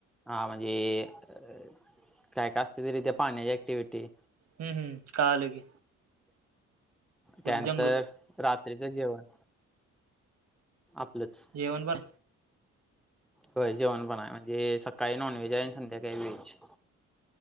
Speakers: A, in the centre; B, on the right.
A: हा म्हणजे अ काय काय असत तरी त्या पाण्याची ऍक्टिव्हटी.
B: हम् हम्म काळाल घे.
A: त्यानंतर
B: जंगल
A: रात्रीचं जेवण आपलंच.
B: येवन पण
A: होय जेवण पण हाय म्हणजे सकाळी नॉन व्हेज आणि संध्याकाळी व्हेज.